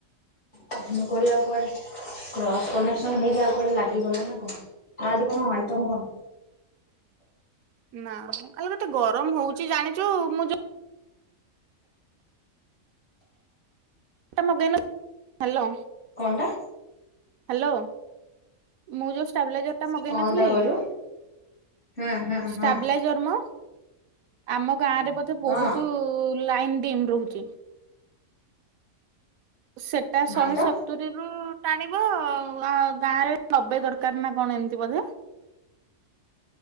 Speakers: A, on the left (about 55°); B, on the right (about 85°).
A: ହଁ କହିଲି ଆଉ କୁଆଡେ କ୍ରସ କନେକ୍ସନ ହେଇକି ଆଉ କୁଆଡେ ଲାଗିଗଲା ନା କଣ। ଆଉ ଆଜି କଣ ଆଇଟମ୍ କଣ?
B: ନା ଆଲୋ କେତେ ଗରମ ହଉଚି ଜାଣିଚୁ ମୁଁ ଯୋ <unintelligible> ହାଲୋ।
A: କଣ ଟା?
B: ହ୍ୟାଲୋ ମୁଁ ଯୋଉ ସ୍ତବ୍ଲାଲାଇଜର ମଗେଇ
A: କଣ
B: ନଥିଲି
A: ଟା କହିଲୁ ହୁଁ ହୁଁ
B: ଷ୍ଟାବିଲାଇଜର୍
A: ହଁ
B: ମ। ଆମ ଗାଁରେ ବୋଧେ
A: ହଁ
B: ବହୁତ ଲାଇନ ଡିମ୍ ରହୁଚି। ସେଟା ଶହେ
A: ନାଇଁ ତ
B: ସତୁରିରୁ ଟାଣିବ ଆ ଗାଁ ରେ ନବେ ଦରକାର ନା କଣ ଏମିତି ବୋଧ।